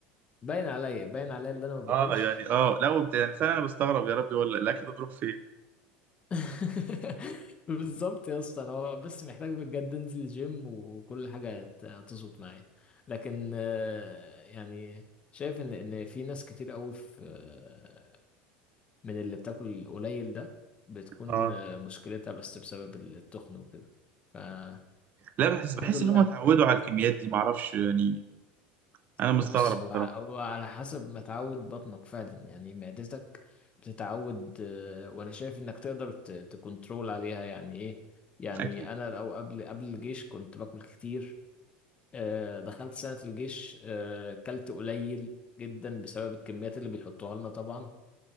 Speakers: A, on the left (about 25°); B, on the right (about 35°).
A: باين عليا باين عليا اللي
B: <laughs>
A: انا ما باكلش
B: اه يعني اه لا وبت... يعني فعلا انا بستغرب يا ربي ولا الاكل ده بيروح فين
A: <laughs> بالظبط يا اسطى انا هو بس محتاج بجد انزل الجيم وكل حاجه هت- هتظبط معايا لكن آه، يعني شايف ان ان في ناس كتير قوي في آه، من اللي بتاكل قليل ده بتكون
B: اه
A: آه، مشكلتها بس بسبب التخن وكده فالحمد
B: لا بحس بحس
A: لله
B: ان هم اتعودوا على الكميات دي معرفش يعني انا مستغرب
A: بص هو
B: بصراحة.
A: ع- هو على حسب ما تعود بطنك فعلا يعني معدتك بتتعود آه، وانا شايف انك تقدر ت- تكنترول عليها يعني ايه يعني
B: اكيد
A: انا لو قبل قبل الجيش كنت باكل كتير آه، دخلت سنة الجيش آه، كلت قليل جدا بسبب الكميات اللي بيحطوها لنا طبعا